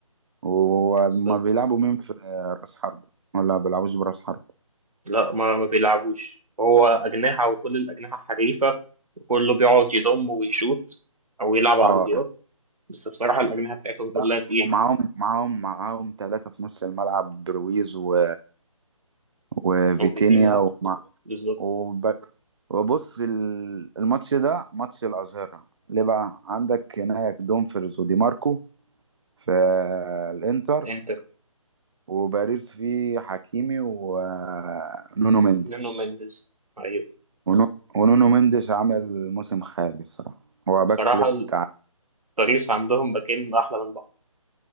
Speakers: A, on the right; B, on the right.
A: وما
B: بالظبط
A: بيلعبوا مين في آه، راس حرب ولا بيلعبوش براس حرب
B: لا ما, ما بيلعبوش هو اجنحه وكل الاجنحه حريفه وكله بيقعد يضم ويشوت او يلعب عرضيات
A: اه
B: بس بصراحه الاجنحه بتاعتهم كلها
A: لا
B: تقيله
A: ومعاهم معاهم معاهم ثلاثة في نص الملعب برويز و... وفيتينيا
B: وفيتينها
A: ومع...
B: بالظبط
A: وب... وبص ال- الماتش ده ماتش الأظهرة ليه بقى عندك هناك دومفرز ودي ماركو في الإنتر
B: انتر
A: وباريس فيه حكيمي ونونو مندش
B: نونو مينديز ايوه
A: ونو- ونونو مندش عمل موسم خالي الصراحة هو باك
B: بصراحه
A: ليفت ع-
B: باريس عندهم باكين احلى من بعض